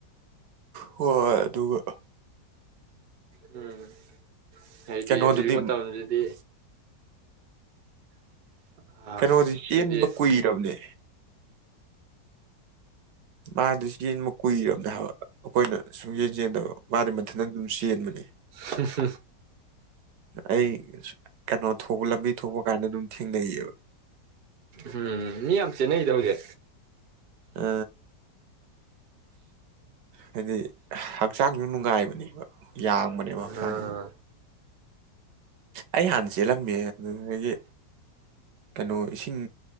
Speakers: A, on the right; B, on the right.
A: ꯍꯣꯏꯣꯏ ꯑꯗꯨꯒ
B: ꯎꯝ ꯍꯥꯏꯗꯤ
A: ꯀꯩꯅꯣꯗꯨꯗꯤ
B: ꯍꯧꯖꯤꯛ ꯃꯇꯝꯁꯤꯗꯤ
A: <inaudible>
B: ꯑꯥ
A: ꯀꯩꯅꯣꯗꯤ ꯆꯦꯟꯕ
B: ꯍꯥꯏꯗꯤ
A: ꯀꯨꯏꯔꯕꯅꯦ ꯃꯥꯗꯤ ꯌꯦꯟ ꯑꯃ ꯀꯨꯏꯔꯝꯅꯦ ꯍꯥꯏꯕ ꯑꯩꯈꯣꯏꯅ ꯁꯨꯝ ꯌꯦꯡ ꯦꯗꯦ ꯃꯊ ꯑꯗꯨꯝ ꯆꯦꯟꯕꯅꯤ
B: ꯁ ꯍ
A: ꯑꯩ ꯀꯩꯅꯣ ꯊꯣꯛꯄ ꯂꯝꯕꯤ ꯊꯣꯛꯄ ꯀꯥꯟꯗ ꯑꯗꯨꯝ ꯊꯦꯡꯅꯩꯌꯦꯕ
B: ꯎꯝ ꯃꯤ ꯌꯥꯝꯝ ꯆꯦꯟꯅꯩꯗ ꯍꯧꯒꯦ
A: ꯎ ꯍꯥꯏꯗꯤ ꯍꯛꯆꯥꯡꯁꯨ ꯅꯨꯡꯉꯥꯏꯕꯅꯦꯕ ꯌꯥꯡꯕꯅꯦꯕ
B: ꯑꯥ
A: ꯍꯛꯆꯥꯡꯁꯨꯦ ꯑꯩ ꯍꯥꯟꯅ ꯆꯦꯜꯂꯝꯃꯦ ꯑꯗꯨꯗꯒꯤ ꯀꯩꯅꯣ ꯏꯁꯤꯡ